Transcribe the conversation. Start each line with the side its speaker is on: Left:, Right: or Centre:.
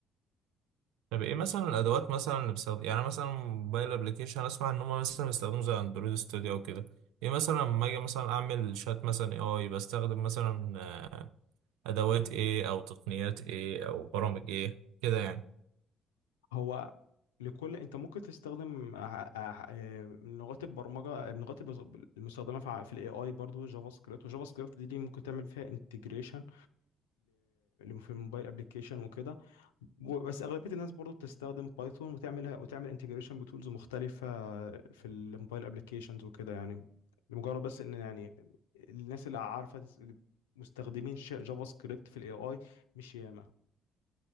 Right: طب إيه مثلا الأدوات مثلا اللي بستخدم يعني مثلا موبايل أبلكيشن أسمع إن هما مثلا بيستخدموا زي أندرويد ستوديو أو كده إيه مثلا لما أجي مثلا أعمل شات مثلا إيه آي بستخدم مثلا آه، أدوات إيه أو تقنيات إيه أو برامج إيه كده يعني
Left: هو لكل انت ممكن تستخدم ع- ع- آه، لغات البرمجه آه، لغات البز- المستخدمه في ع- في الاي اي برضه جافا سكريبت وجافا سكريبت دي, دي ممكن تعمل فيها انتجريشن في الموبايل ابلكيشن وكده و- بس اغلبيه الناس برضه بتستخدم بايثون وتعملها وتعمل انتجريشن بتولز مختلفه في الموبايل ابلكيشنز وكده يعني لمجرد بس ان يعني الناس اللي عارفه تس- اللي مستخدمين ش- جافا سكريبت في الاي اي مش ياما